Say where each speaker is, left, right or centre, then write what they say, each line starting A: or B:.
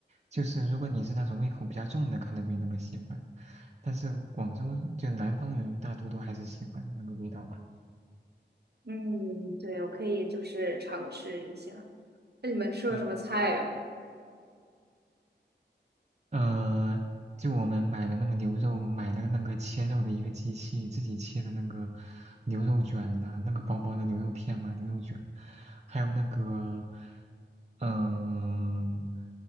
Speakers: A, on the right; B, on the right.
A: 就是如果你是那种胃口比较重的，可能没那么喜欢。但是广州就南方人大多都还是喜欢那个味道吧。
B: 嗯，对，我可以就是尝试一下。那你们吃了什么菜呀？
A: 对呃，就我们买的那个牛肉，买的那个切肉的一个机器，自己切的那个牛肉卷呐、那个薄薄的牛肉片嘛，牛肉卷，还有那个，嗯、